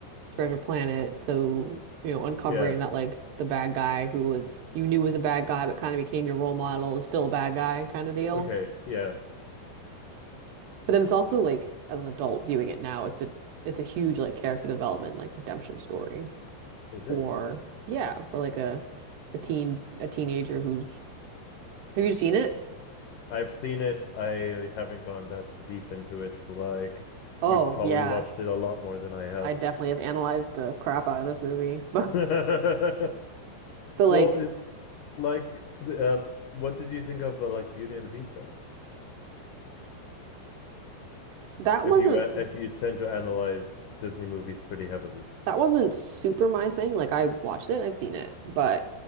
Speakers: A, on the right; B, on the left.
A: Treasure Planet. So, you know, uncovering
B: Yeah.
A: that like the bad guy who was you knew was a bad guy but kind of became your role model is still a bad guy kind of deal.
B: Okay. Yeah.
A: But then it's also like as an adult viewing it now, it's a it's a huge like character development, like redemption story
B: Is
A: for
B: it?
A: yeah, for like a a teen a teenager who's have you seen it?
B: I've seen it. I haven't gone that deep into it. So like
A: Oh
B: you've probably
A: yeah.
B: watched it a lot more than I have.
A: I definitely have analyzed the crap out of this movie. <laughs> But
B: <laughs>
A: but like
B: Well, it's like s- uh, what did you think of uh, like Beauty and the Beast then?
A: that
B: If
A: wasn't
B: you a- if you tend to analyze Disney movies pretty heavily,
A: that wasn't super my thing. Like I watched it, I've seen it, but